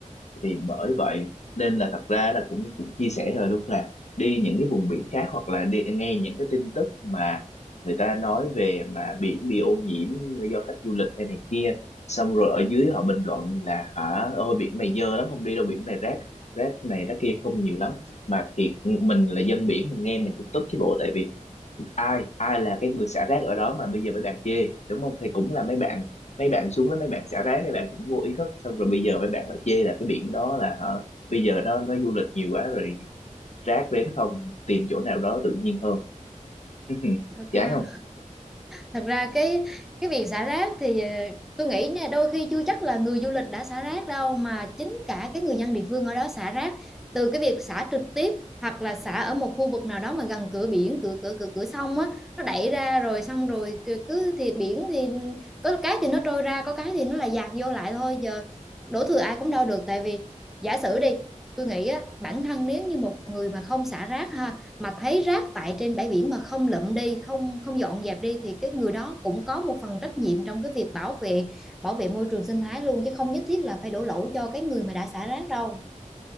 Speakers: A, on the left; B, in the centre.
A: thì bởi vậy nên là thật ra là cũng cũng chia sẻ rồi luôn là đi những cái vùng biển khác hoặc là đi nghe những cái tin tức mà người ta nói về mà biển bị ô nhiễm do khách du lịch hay này kia xong rồi ở dưới họ bình luận là hả ôi biển này dơ lắm không đi đâu biển này rác rác này rác kia không nhiều lắm mà thiệt mình là dân biển mình nghe mình cũng tức chứ bộ tại vì ai ai là cái người xả rác ở đó mà bây giờ mấy bạn chê đúng không thì cũng là mấy bạn mấy bạn xuống đó mấy bạn xả rác mấy bạn cũng vô ý thức xong rồi bây giờ mấy bạn lại chê là cái biển đó là hả, bây giờ nó nó du lịch nhiều quá rồi rác đến không tìm chỗ nào đó tự nhiên hơn <laughs>
B: Thật
A: chán
B: ra
A: không
B: thật ra cái cái việc xả rác thì ờ, tôi nghĩ nha đôi khi chưa chắc là người du lịch đã xả rác đâu mà chính cả cái người dân địa phương ở đó xả rác từ cái việc xả trực tiếp hoặc là xả ở một khu vực nào đó mà gần cửa biển cửa cửa cửa cửa sông á nó đẩy ra rồi xong rồi cứ cứ thì biển thì có cái thì nó trôi ra có cái thì nó là dạt vô lại thôi giờ đổ thừa ai cũng đâu được tại vì giả sử đi tôi nghĩ á bản thân nếu như một người mà không xả rác ha mà thấy rác tại trên bãi biển mà không lượm đi không không dọn dẹp đi thì cái người đó cũng có một phần trách nhiệm trong cái việc bảo vệ bảo vệ môi trường sinh thái luôn chứ không nhất thiết là phải đổ lỗi cho cái người mà đã xả rác đâu